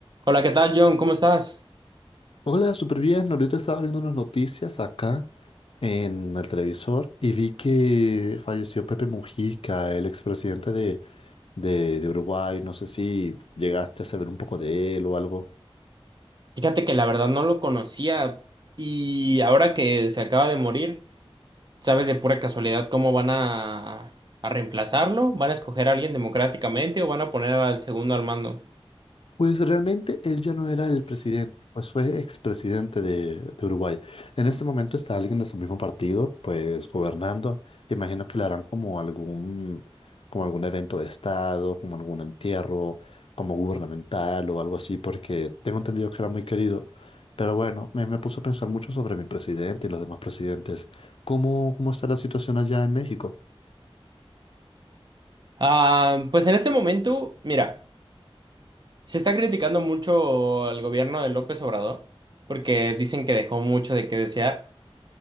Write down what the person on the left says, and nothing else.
Hola, súper bien. Ahorita estaba viendo unas noticias acá en el televisor y vi que falleció Pepe Mujica, el expresidente de, de, de Uruguay. No sé si llegaste a saber un poco de él o algo.
Pues realmente él ya no era el presidente, pues fue expresidente de, de Uruguay. En este momento está alguien de su mismo partido, pues gobernando. Imagino que le harán como algún, como algún evento de estado, como algún entierro, como gubernamental o algo así, porque tengo entendido que era muy querido. Pero bueno, me, me puso a pensar mucho sobre mi presidente y los demás presidentes. ¿Cómo, cómo está la situación allá en México?